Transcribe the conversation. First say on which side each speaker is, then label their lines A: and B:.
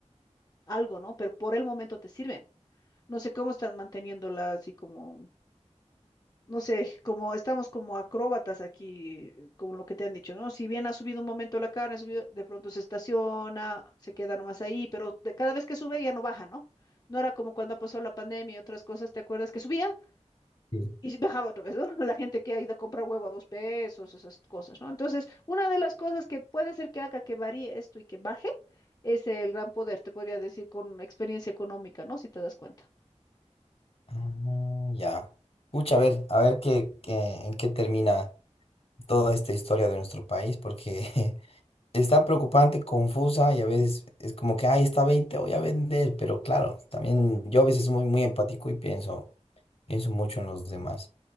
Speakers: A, on the left; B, on the left.
A: algo, ¿no? Pero por el momento te sirven. No sé cómo están manteniéndola así como no sé, como estamos como acróbatas aquí, eh, como lo que te han dicho, ¿no? Si bien ha subido un momento la carne, ha subido, de pronto se estaciona, se queda nomás ahí, pero de, cada vez que sube ya no baja, ¿no? No era como cuando pasó la pandemia y otras cosas, ¿te acuerdas? Que subía
B: sí.
A: y <laughs> bajaba otra vez, ¿no? <laughs> La gente que ha ido a comprar huevo a dos pesos, esas cosas, ¿no? Entonces, una de las cosas que puede ser que haga que varíe esto y que baje es el gran poder, te podría decir, con experiencia económica, ¿no? Si te das cuenta.
B: Ah, ya. Pucha, a ver, a ver qué, qué- en qué termina toda esta historia de nuestro país, porque <laughs> está preocupante, confusa y a veces es como que, ay, está veinte voy a vender, pero claro, también yo a veces soy muy, muy empático y pienso, pienso mucho en los demás.